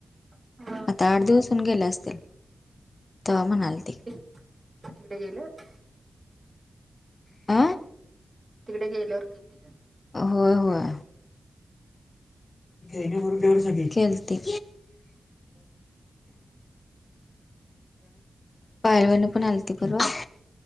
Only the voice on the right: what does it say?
हा
ह तिकडे गेलं होते.
तिकडे गेल्यावरती ठिक ठिकाणी.
हम,